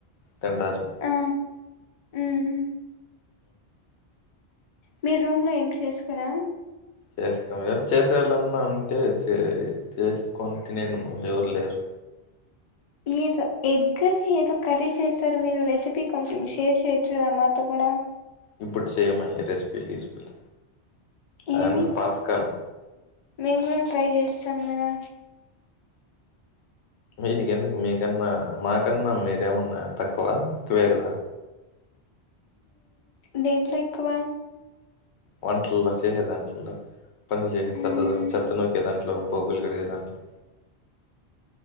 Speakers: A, on the left; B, on the left.
A: తంటారు
B: ఆ మ్మ్ మీ రూమ్ లో ఏం చేసుకురా
A: చేసుకోం ఏవన్నా చేసేళ్ాలన్నా ఉంటే చే కొంటి నేను జూరలేరు
B: ఏదో ఎగ్ది ఏదో కర్రీ చేస్తారు మీరు రెసిపీ కొంచెం షేర్ చేయొచ్చు కదా మాతో కూడా అ
A: ఇప్పుడు చేయమ రెసిపీలు గసిపీలు అదంత
B: ఏమి
A: పాతకాలం
B: మేము ట్రై చేస్తాం కదా
A: మీకెందుకు మీకన్నా మాకన్నా మీరేమన్నా తక్కువ ఎక్కువే కదా
B: దేంట్లో ఎక్కువ
A: వంటలలో చేసే దాట్లో పనులు చేస
B: మ్మ్
A: చెత్త నోకేదాంట్లో ఇట్లో భోగులు కడిగే దాంట్లో